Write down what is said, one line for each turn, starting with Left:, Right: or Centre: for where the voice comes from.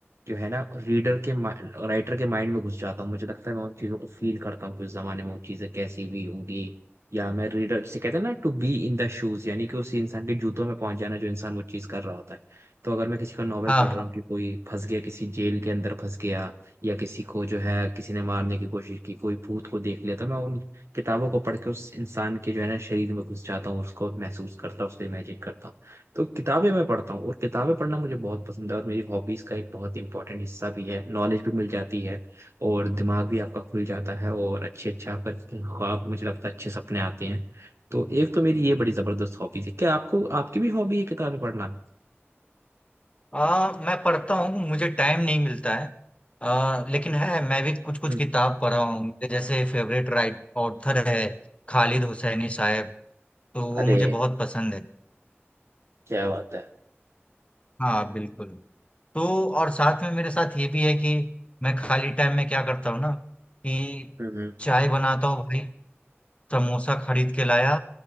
Right: जो है ना रीडर के माइंड राइटर के माइंड में घुस जाता हूँ मुझे लगता है मैं उन चीज़ों को फील करता हूँ कि उस जमाने में वो चीज़ें कैसी हुई होंगी या मैं रीडर जिसे कहते हैं ना to be in the shoes यानी कि उसी इंसान के जूतों में पहुंच जाना जो इंसान वो चीज़ कर रहा होता है तो अगर मैं किसी का नॉवल
Left: हाँ
Right: पढ़
Left: हाँ
Right: रहा हूँ कि कोई फंस गया किसी जेल के अंदर फंस गया या किसी को जो है किसी ने मारने की कोशिश की कोई भूत को देख लिया तो मैं उन किताबों को पढ़ के उस इंसान के जो है ना शरीर में घुस जाता हूँ उसको महसूस करता हूँ उसको इमेजिन करता हूँ तो किताबें मैं पढ़ता हूँ और किताबें पढ़ना मुझे बहुत पसंद है और मेरी हॉबीज का एक बहुत इंपॉर्टेंट हिस्सा भी है नॉलेज भी मिल जाती है और दिमाग भी आपका खुल जाता है और अच्छे अच्छे आपका ख्वाब मुझे लगता है अच्छे सपने आते हैं तो एक तो मेरी ये बड़ी जबरदस्त हॉबीज है क्या आपको आपकी भी हॉबी है किताबें पढ़ना
Left: आ, मैं पढ़ता हूँ मुझे टाइम नहीं मिलता है आ, लेकिन है मैं भी कुछ कुछ
Right: हम्म,
Left: किताब पढ़ा हूँ मेरे जैसे फेवरेट राइट ऑथर है खालिद हुसैनी साहब तो वो
Right: अरे
Left: मुझे बहुत पसंद है
Right: क्या बात है
Left: हाँ बिल्कुल तो और साथ में मेरे साथ ये भी है कि मैं खाली टाइम में क्या करता हूँ ना कि
Right: हम्म हम्म
Left: चाय बनाता हूँ भाई समोसा खरीद के लाया